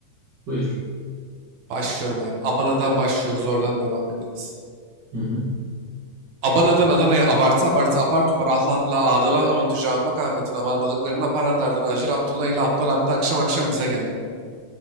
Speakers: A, on the right; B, on the right.
A: Buyur.
B: Başlıyorum abi. Abana'dan başlıyoruz oradan devam ederiz.
A: Hı hı.
B: Abana'dan Adana'ya abartı abartı apar topar ahla atla ağdala avuntucu Ahmak Ahmet'in avandalıklarını aparanlardan Acır Abdullah ile Aptal Abdi akşam akşam bize geldi.